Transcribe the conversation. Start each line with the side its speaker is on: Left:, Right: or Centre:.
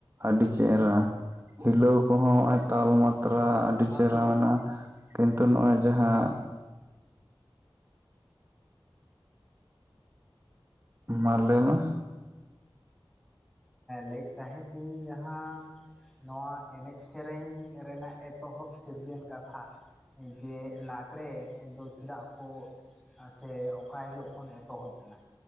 Right: ᱟᱹᱰᱤ ᱪᱮᱦᱨᱟ ᱾ ᱦᱤᱞᱟᱹᱣ ᱠᱚᱼᱦᱚᱸ ᱱᱚᱜᱼᱚᱭ ᱛᱟᱞᱢᱟᱛᱨᱟ,
Centre: ᱦᱳᱭ
Right: ᱟᱹᱰᱤ
Centre: ᱚᱱᱟ
Right: ᱪᱮᱦᱨᱟ
Centre: ᱫᱚ
Right: ᱢᱮᱱᱟᱜᱼᱟ᱾ ᱠᱤᱱᱛᱩ ᱱᱚᱜᱼᱚᱭ ᱡᱟᱦᱟᱸ᱾ ᱢᱟ ᱞᱟᱹᱭ ᱢᱮ?
Centre: ᱞᱟᱹᱭᱮᱫ ᱛᱟᱦᱮᱸᱫ ᱤᱧ ᱡᱟᱦᱟᱸ᱾ ᱱᱚᱣᱟ ᱮᱱᱮᱡ, ᱥᱮᱨᱮᱧ ᱨᱮᱱᱟ-ᱜ ᱮᱛᱚᱦᱚᱵ ᱥᱤᱨᱡᱟᱹᱱ ᱠᱟᱛᱷᱟ᱾ ᱡᱮ ᱞᱟᱸᱜᱽᱲᱮ ᱫᱚᱸ ᱪᱮᱫᱟᱜ ᱠᱚ ᱥᱮ ᱚᱠᱟ ᱦᱤᱞᱳ-ᱜ ᱠᱷᱚᱱ ᱮᱛᱚᱦᱚᱵ ᱮᱱᱟ?